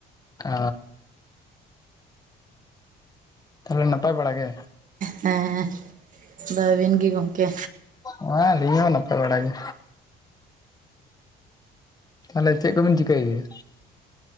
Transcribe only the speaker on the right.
ᱦᱮᱸ ᱦᱮᱸ <unintelligible> ᱟᱹᱵᱤᱱ ᱜᱮ ᱜᱚᱝᱠᱮ